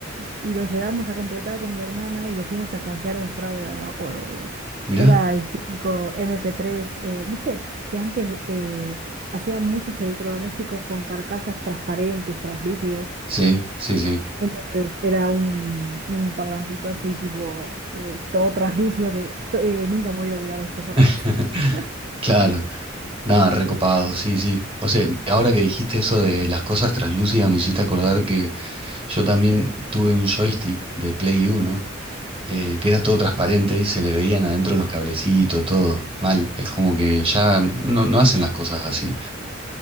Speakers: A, on the right (about 45°); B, on the right (about 30°).
A: y lo llegamos a completar con mi hermana y lo fuimos a canjear a un fraude, no me acuerdo, Dios.
B: mirá,
A: Era el típico mp tres eh, viste que antes eh, hacían muchos electrodomésticos con carcasas transparentes, traslúcidas.
B: sí, sí, sí.
A: Entonces era un, un parlantito así, tipo, eh, todo traslúcido, que to- eh, nunca me voy a olvidar de ese parlante.
B: <laughs>
A: <laughs>
B: Claro. Nada, recopado, sí, sí. O sea, ahora que dijiste eso de las cosas translúcidas, me hiciste acordar que yo también tuve un joystick de Play 1, eh, que era todo transparente y se le veían adentro los cablecitos, todo. Mal, es como que ya no, no hacen las cosas así.